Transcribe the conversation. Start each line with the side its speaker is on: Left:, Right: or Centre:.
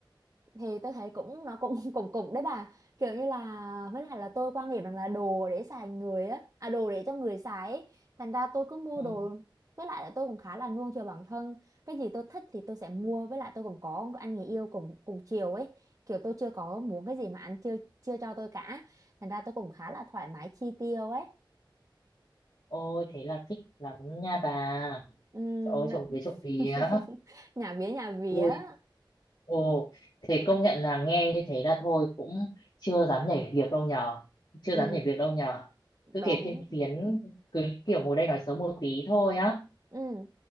Right: thì tôi thấy cũng nó cũng <laughs> cũng cũng đấy bà kiểu như là với lại là tôi quan niệm rằng là đồ để xài người á à đồ để cho người xài ấy. thành ra tôi cứ mua
Left: ừ.
Right: đồ với lại là tôi cũng khá là nuông chiều bản thân cái gì tôi thích thì tôi sẽ mua với lại tôi cũng có một anh người yêu cùng cùng chiều ấy kiểu tôi chưa có muốn cái gì mà anh chưa chưa cho tôi cả thành ra tôi cũng khá là thoải mái chi tiêu ấy
Left: ôi thế là thích lắm nha bà
Right: Ừm,
Left: Trời ôi trộm vía trộm vía
Right: <laughs> nhà vía nhà vía
Left: Ôi, ồ, thế công nhận là nghe như thế là thôi cũng chưa dám nhảy việc đâu nhờ, chưa
Right: ừ
Left: dám nhảy việc đâu nhờ.
Right: đúng
Left: Cứ kể phiên phiến, cứ kiểu ngồi đây nói xấu một tí thôi á.
Right: ừ